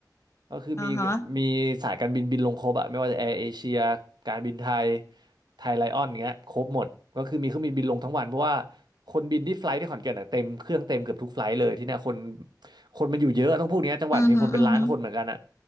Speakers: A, on the right (about 70°); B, on the left (about 40°).
A: ก็คือมี
B: อ๋อฮะ
A: มีสายการบินบินลงครบอะไม่ว่าจะแอร์เอเชียการบินไทยไทยไลออนเงี้ยครบหมดก็คือมีเครื่องบินบินลงทั้งวันเพราะว่าคนบินที่ไฟล์ทที่ขอนแก่นอะเต็มเครื่องเต็มเกือบทุกไฟลท์เลยที่เนี่ยคนคนมันอยู่เยอะต้องพูดอย่างเงี้ยจังหวัดมีคนเป็นล้านคนเหมือนกันอะ
B: อือฮึอือฮึ